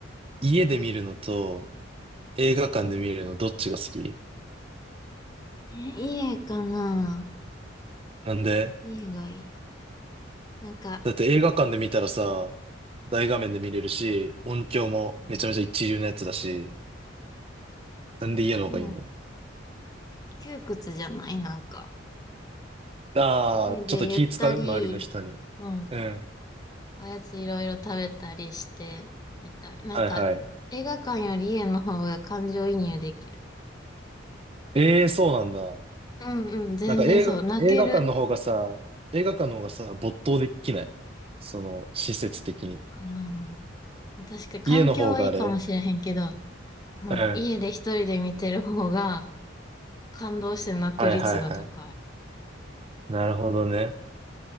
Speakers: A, on the right; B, on the left.
A: 家で見るのと映画館で見るのどっちが好き
B: え、いい絵かな
A: なんで
B: 家がいい。なんか、
A: だって映画館で見たらさ、大画面で見れるし、音響もめちゃめちゃ一流のやつだし、
B: うん、
A: なんで家の方がいいの
B: でも、窮屈じゃないなんか。
A: ああー、
B: 家でゆったり、
A: ちょっと気使う周りの人に。
B: うん、
A: うん。
B: おやついろいろ食べたりして、みたい。なんか、
A: はいはい。
B: 映画館より家の方が感情移入できる。
A: ええー、そうなんだ。
B: うんうん、全然そう。
A: なんか映画、
B: 泣ける。
A: 映画館の方がさ、映画館の方がさ、没頭できない。その、施設的に。
B: そうかな。確かに環境はいいかもしれへんけど、
A: 家の方があれ
B: うん、
A: うん。
B: 家で一人で見てる方が感動して泣く率が高い。
A: はいはいはい。なるほどね。